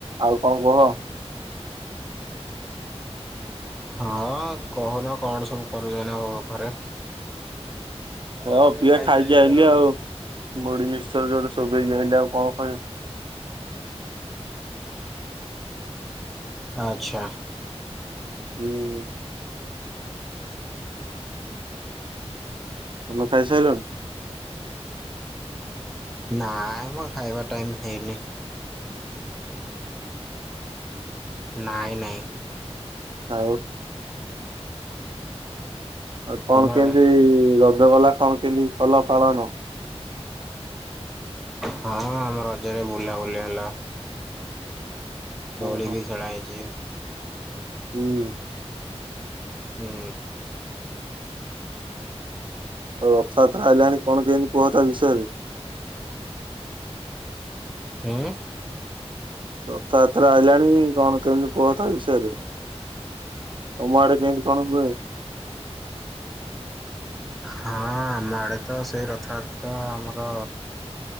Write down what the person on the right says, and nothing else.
ଆଉ କଣ କୁହ?
ହଁ
ପିଆ
ଆଇଲି
ଆଉ ମୁଢି ମିକ୍ସଚର ଯୋଉଠୁ ଚୋବେଇକି
ଆଇଲି ଆଉ
କରିବା
ହୁଁ। ତମେ ଖାଇ ସାଇଲଣି?
ଆଉ ଆଉ କଣ
କେମିତି ରଜ ଗଲା କଣ କେମତି କଲ ପାଳନ?
ଓହୋ
ହୁଁ।
ଆଉ ରଥଯାତ୍ରା ଆଇଲାଣି କଣ କେମତି କୁହ ତା ବିଷୟରେ?
ରଥଯାତ୍ରା ଆଇଲାଣି କଣ କେମିତି କୁହ ତା ବିଷୟରେ? ତମ ଆଡେ କେମତି କଣ ହୁଏ?